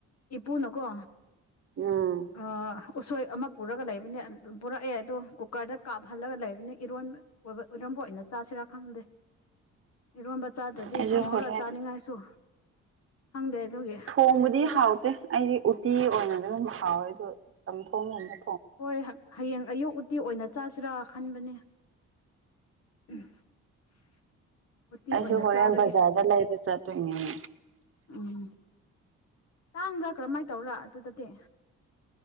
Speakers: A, on the left; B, on the right.
A: ꯏꯄꯨꯅꯥꯀꯣ
B: ꯎꯝ
A: ꯑꯥ ꯎꯁꯣꯏ ꯑꯃꯥ ꯄꯨꯔꯒꯥ ꯂꯩꯕꯥꯅꯤ ꯄꯨꯔꯛꯑꯦ ꯑꯗꯣ ꯀꯨꯀꯔꯗꯥ ꯀꯥꯞꯍꯜꯂꯥꯒ ꯂꯩꯕꯅꯤ ꯏꯔꯣꯟ ꯑꯣꯏꯕ ꯏꯔꯣꯟꯕ ꯑꯣꯏꯅ ꯆꯥꯁꯤꯔꯥ ꯈꯪꯗꯦ ꯏꯔꯣꯟꯕ ꯆꯥꯗ꯭ꯔꯗꯤ
B: ꯑꯩꯁꯨ
A: ꯊꯣꯡꯉꯥꯒ
B: ꯍꯣꯔꯦꯟ
A: ꯆꯥꯅꯤꯡꯉꯥꯏꯁꯨ ꯈꯪꯗꯦ ꯑꯗꯨꯒꯤ
B: ꯊꯣꯡꯕꯗꯤ ꯍꯥꯎꯇꯦ ꯑꯩꯗꯤ ꯎꯇꯤ ꯑꯣꯏꯅ ꯗꯨꯝ ꯍꯥꯎꯋꯦ ꯑꯗꯨ ꯆꯝꯊꯣꯡ ꯑꯣꯏꯅ
A: ꯍꯣꯏ ꯍꯌꯦꯡ ꯑꯌꯨꯛ ꯎꯇꯤ ꯑꯣꯏꯅ ꯆꯥꯁꯤꯔ ꯈꯟꯕꯅꯤ <unintelligible> ꯑꯣꯏꯅ
B: ꯑꯩꯁꯨ ꯍꯣꯔꯦꯟ
A: ꯆꯥꯔꯒꯦ
B: ꯕꯖꯥꯔꯗ ꯂꯩꯕ ꯆꯠꯇꯣꯏꯅꯦ
A: ꯎꯝ ꯇꯥꯡꯕ꯭ꯔꯥ ꯀꯔꯝꯃꯥꯏ ꯇꯧꯕ꯭ꯔꯥ ꯑꯗꯨꯗꯗꯤ